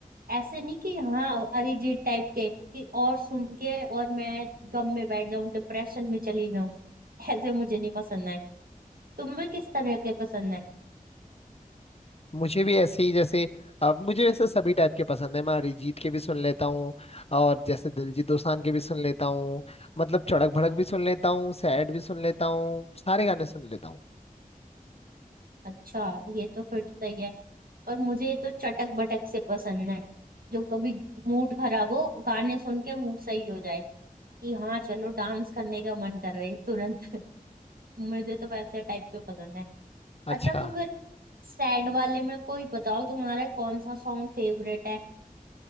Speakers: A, on the right; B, on the left.
A: ऐसे नहीं कि हाँ अरिजीत टाइप के कि और सुन के और मैं गम में बैठ जाऊं डिप्रेशन में चली जाऊं ऐसे मुझे नहीं पसंद है तुम्हें किस तरह के पसंद है
B: मुझे भी ऐसे ही जैसे अब मुझे वैसे सभी टाइप के पसंद है मैं अरिजीत के भी सुन लेता हूँ और जैसे दिलजीत दोसांझ के भी सुन लेता हूँ मतलब चड़क भड़क भी सुन लेता हूँ सैड भी सुन लेता हूँ सारे गाने सुन लेता हूँ
A: अच्छा ये तो फिर सही है पर मुझे तो चटक बटक से पसंद है जो कभी मूड खराब हो गाने सुन के मूड सही हो जाए कि हाँ चलो डांस करने का मन कर रहे है तुरंत <laughs> मुझे तो वैसे टाइप के पसंद है
B: अच्छा
A: अच्छा तो फिर सैड वाले में कोई बताओ तुम्हारा कौन सा सॉन्ग फेवरेट है